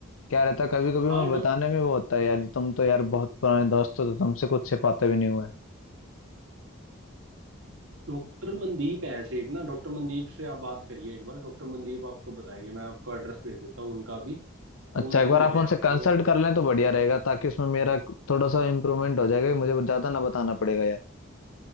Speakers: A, on the left; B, on the right.
A: क्या रहता कभी कभी
B: हाँ
A: मैं बताने
B: डॉ
A: में वो होता है यार तुम तो यार बहुत पुराने दोस्त हो तो तुमसे कुछ छिपाते भी नहीं हुए
B: डॉक्टर मनदीप है ऐसे एक ना डॉक्टर मनदीप से आप बात करिए एक बार डॉक्टर मनदीप आपको बताएंगे मैं आपको एड्रेस भेज देता हूँ उनका भी तो
A: अच्छा
B: उनसे
A: एक बार
B: मिले
A: आप उनसे
B: आप
A: कंसल्ट
B: वो
A: कर लें तो बढ़िया रहेगा ताकि उसमें मेरा थोड़ा सा इम्प्रूवमेंट हो जाएगा मुझे वो ज्यादा ना बताना पड़ेगा यार